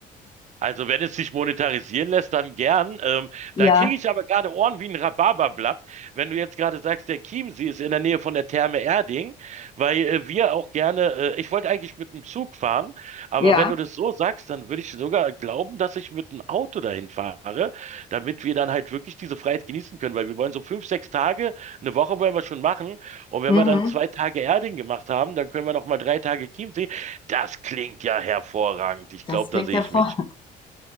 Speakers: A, on the right (about 45°); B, on the left (about 30°).
A: Also wenn es sich monetarisieren lässt, dann gern. Ähm,
B: Ja,
A: da kriege ich aber gerade Ohren wie ein Rhabarberblatt, wenn du jetzt gerade sagst, der Chiemsee ist in der Nähe von der Therme Erding, weil äh, wir auch gerne, äh, ich wollte eigentlich mit dem Zug fahren, aber
B: ja.
A: wenn du das so sagst, dann würde ich sogar glauben, dass ich mit dem Auto dahin fahre, damit wir dann halt wirklich diese Freiheit genießen können, weil wir wollen so fünf, sechs Tage, eine Woche wollen wir schon machen und wenn
B: Mhm.
A: wir dann zwei Tage Erding gemacht haben, dann können wir noch mal drei Tage Chiemsee. Das klingt ja hervorragend. Ich
B: Das
A: glaube,
B: klingt
A: da sehe
B: ja
A: ich
B: vor.
A: mich.